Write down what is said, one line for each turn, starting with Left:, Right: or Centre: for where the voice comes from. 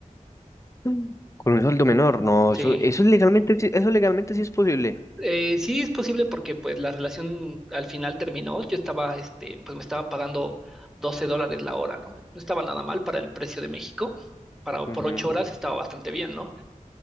Left: Mm. Con un sueldo menor, no,
Centre: Sí.
Left: eso, eso es legalmente, sí- eso legalmente sí es posible.
Centre: Eh, sí es posible porque pues la relación al final terminó. Yo estaba, este, pues me estaban pagando 12 dólares la hora, ¿no? No estaba nada mal para el precio de México. Para,
Left: Ujú,
Centre: por ocho horas estaba bastante bien, ¿no?